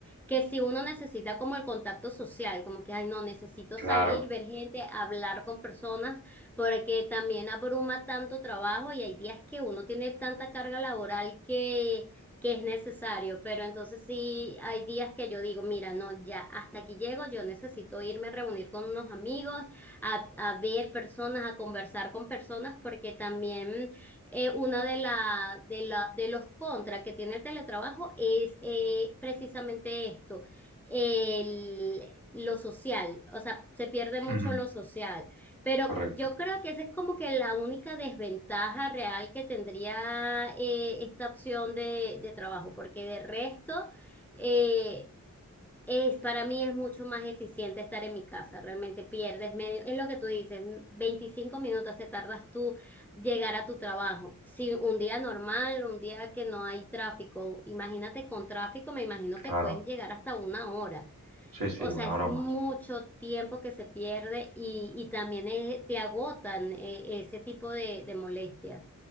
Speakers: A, in the centre; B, on the right.
A: que si uno necesita como el contacto social, como que, ay, no, necesito
B: Claro,
A: salir, ver gente, hablar con personas, porque también abruma tanto trabajo y hay días que uno tiene tanta carga laboral que, que es necesario, pero entonces sí hay días que yo digo, mira, no, ya hasta aquí llego, yo necesito irme a reunir con unos amigos, a, a ver personas, a conversar con personas, porque también eh, una de, la, de, la, de los contras que tiene el teletrabajo es eh, precisamente esto, el, lo social, o sea, se pierde mucho
B: <laughs>
A: lo social, pero
B: correcto.
A: yo creo que esa es como que la única desventaja real que tendría eh, esta opción de, de trabajo, porque de resto... eh, es, para mí es mucho más eficiente estar en mi casa, realmente pierdes medio, es lo que tú dices, veinticinco minutos te tardas tú llegar a tu trabajo. Si un día normal, un día que no hay tráfico, imagínate con tráfico, me imagino que
B: <laughs> Claro,
A: puedes llegar hasta una hora.
B: sí, sí,
A: O sea,
B: una
A: es
B: hora
A: mucho
B: o más.
A: tiempo que se pierde y, y también eh, te agotan eh, ese tipo de, de molestias.